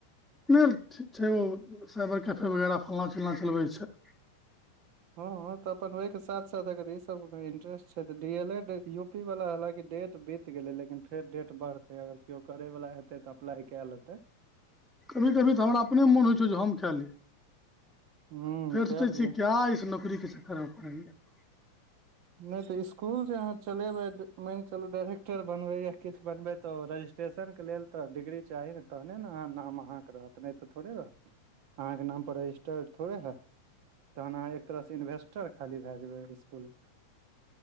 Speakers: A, in the centre; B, on the right (about 45°).
A: नै ठीक छै ओ साइबर कैफे वगैरह फल्ना चिलना चलबै छै।
B: हऽ हऽ तऽ अपन ओइ केँ साथ साथ अगर ई सब इंटेस्टइ छै त D L A U P वला हालकि डे बि त गेलै लेकिन फेर डेट बढ़तै अगर केओ करे वला हेतै तऽ अप्लाई कै लेतै।
A: कभी कभी तऽ हमरा अपने मोन होइ छै जे हम कै ली <inaudible>
B: हूँ
A: फेर
B: कए
A: सोचै
B: दियौ
A: छियै <unintelligible>
B: नै तऽ इसकूल जे यहाँ चलेबै माइन कऽ चलू डाइरेक्टर बनबै या किछ बनबै तऽ ओ रजिस्ट्रेशन कऽ लेल तऽ डिग्री चाही न। तहने न नाम अहाँ कऽ रहत नै तऽ थोड़े रहत अहाँकेँ नाम पर रजिस्टर्ड थोड़े हैत। तहन अहाँ एक तरहसँ इन्वेस्टर खाली भै जेबै ओइ इसकुल म